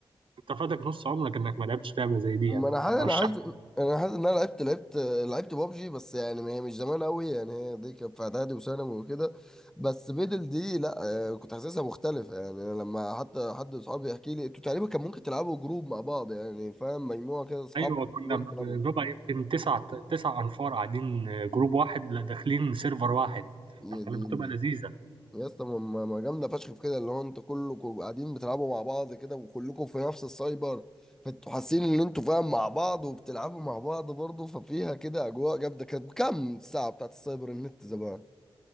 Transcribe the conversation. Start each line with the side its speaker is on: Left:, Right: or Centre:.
Right: انت فاتك نص عمرك انك ما لعبتش لعبه زي دي يعني
Centre: ما انا حاسس
Right: برشح
Centre: انا حاسس انا حاسس ان انا لعبت لعبت لعبت بابجي بس يعني ما هي مش زمان قوي يعني هي دي كانت في اعدادي وثانوي وكده بس بيدل دي لا آه، كنت حاسسها مختلفه يعني أنا لما حتى حد من اصحابي يحكي لي انتوا تقريبا كان ممكن تلعبوا جروب مع بعض يعني فاهم مجموعه كده اصحابك
Right: ايوه كنا
Centre: كلهم تلعبوا
Right: بنبقى يمكن تسع تسع انفار قاعدين جروب واحد لا داخلين سيرفر واحد
Centre: يعني
Right: كانت بتبقى لذيذه
Centre: يا اسطى ما ما- ما جامده فشخ في كده اللي هو انتوا كلكم قاعدين بتلعبوا مع بعض كده وكلكم في نفس السايبر فانتوا حاسين ان انتوا فاهم مع بعض وبتلعبوا مع بعض برضه ففيها كده اجواء جامده كانت كام الساعه بتاعت السايبر النت زمان